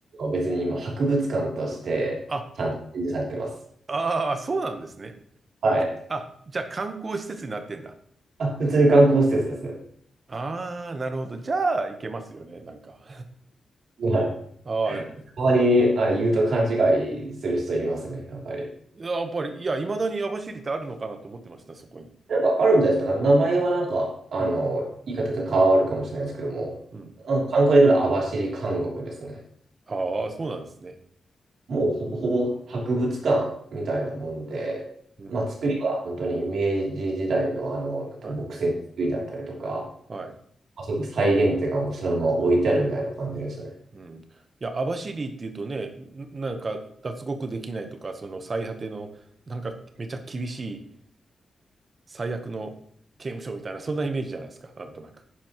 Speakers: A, on the right; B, on the right.
A: 別に今、博物館として、
B: あ、
A: ちゃんと展示されてます。
B: ああ、そうなんですね。
A: はい。
B: あ、じゃあ観光施設になってんだ。
A: あ、普通に観光施設ですね。
B: ああ、なるほど。じゃあ、行けますよね、なんか。
A: はい。
B: <laughs> ああ、
A: たまにあの言うと勘違いする人いますね、やっぱり。
B: やっぱり、いや、未だに網走ってあるのかなと思ってました、そこに。
A: なんかあるみたいです。だから名前はなんか、あの、
B: うん、
A: 言い方が変わるかもしれないですけども、
B: うん。
A: あの観光で来る網走監獄ですね。
B: ああ、そうなんですね。
A: もうほぼほぼ博物館みたいなもんで、
B: うん、
A: まあ、作りは本当に明治時代の、あの、なんて木製の作りだったりとか、
B: はい、はい。
A: あそこ再現っていうかもうそのまま置いてあるみたいな感じですね。
B: うん。いや、網走っていうとね、んなんか脱獄できないとか、その最果ての、なんかめちゃ厳しい最悪の刑務所みたいな、そんなイメージじゃないですか、なんとなく。